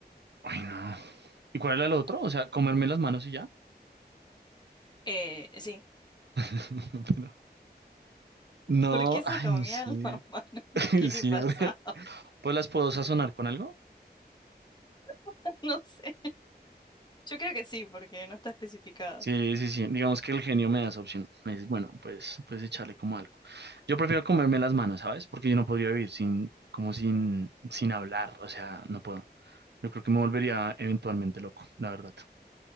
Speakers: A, on the right; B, on the left.
A: Uy, no. ¿Y cuál era el otro? O sea, comerme las manos y ya.
B: Eh, sí.
A: <laughs> Pero- No,
B: ¿Por qué se
A: ay,
B: comía
A: no sé.
B: la mano? <laughs>
A: <laughs>
B: ¿Qué le
A: Sí,
B: pasa?
A: porque- pues las puedo sazonar con algo.
B: <laughs> No sé. Yo creo que sí, porque no está especificado.
A: Sí, sí, sí. Digamos que el genio me da esa opción. Me dices, bueno, pues, pues echarle como algo. Yo prefiero comerme las manos, ¿sabes? Porque yo no podría vivir sin, como sin, sin hablar. O sea, no puedo. Yo creo que me volvería eventualmente loco, la verdad.